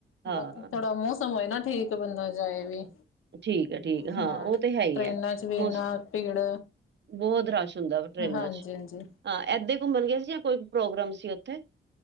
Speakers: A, on the right (about 60°); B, on the left (about 85°).
A: ਹਾਂ
B: ਬਾਕੀ ਥੋੜਾ ਮੌਸਮ ਹੋਏ ਨਾ ਠੀਕ ਬੰਦਾ ਜਾਏ ਵੀ।
A: ਠੀਕ ਹੈ ਠੀਕ ਹੈ
B: ਹਾਂ,
A: ਉਹ ਤੇ ਹੈ ਹੀ
B: ਟ੍ਰਰੇਨਾਂ
A: ਹੈ
B: ਚ ਵੀ
A: ਮੌਸ
B: ਇਨਾ ਭੀੜ
A: ਬਹੁਤ ਰਸ਼ ਹੁੰਦਾ ਵਾ ਟਰੇਨਾਂ
B: ਹਾਂਜੀ
A: ਚ।
B: ਹਾਂਜੀ
A: ਹਾਂ ਏਦਾਂ ਹੀ ਘੁੰਮਣ ਗਏ ਸੀ ਜਾਂ ਕੋਈ ਪ੍ਰੋਗਰਾਮ ਸੀ ਉੱਥੇ।